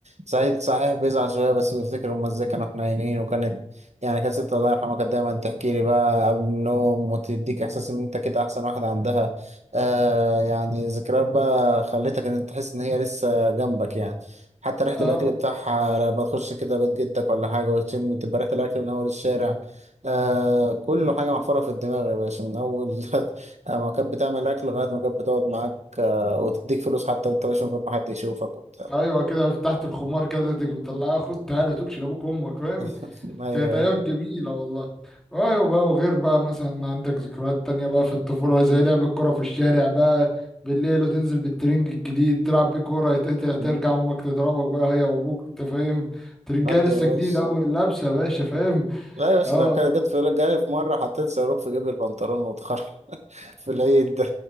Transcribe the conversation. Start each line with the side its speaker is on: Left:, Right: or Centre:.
Right: صحيح صحيح بيزعل شويه بس بيفتكر هم ازاي كانوا احنا عينين وكانت يعني كانت ست الله يرحمها كانت دايما تحكي لي بقى قبل النوم وتديك احساس ان انت كده احسن واحد عندها آه يعني ذكريات بقى خلتك ان انت تحس ان هي لسه جنبك يعني حتى ريحة
Centre: اه
Right: الأكل بتاعها لما تخش كده بيت جدك ولا حاجة وتشم تبقى ريحة الأكل من أول الشارع آه كله حاجة محفورة في الدماغ يا باشا من أول <laughs> آه، ما كانت بتعمل اكل لغايه ما كانت بتقعد معاك آه، وتديك فلوس حتى وانت ماشي من غير ما حد يشوفك وبتاع
Centre: ايوه كده تحت الخمار كده تيجي مطلعها خد تعالى تقولش لابوك وامك فاهم
Right: <laughs> ايوه
Centre: كانت
Right: ايوه
Centre: ايام جميله والله ايوه بقى وغير بقى مثلا عندك ذكريات تانية بقى في الطفوله زي لعب الكوره في الشارع بقى بالليل وتنزل بالترنج الجديد تلعب بيه كوره يتقطع ترجع
Right: مم.
Centre: امك تضربك بقى هي وابوك انت فاهم ترنجايه
Right: ودي
Centre: لسه
Right: يا باشا
Centre: جديده اول لابسه يا باشا فاهم
Right: لا يا باشا
Centre: اه
Right: ده كان جت في جالي في مره حطيت صاروخ في جيب البنطلون واتخرج <laughs> في العيد ده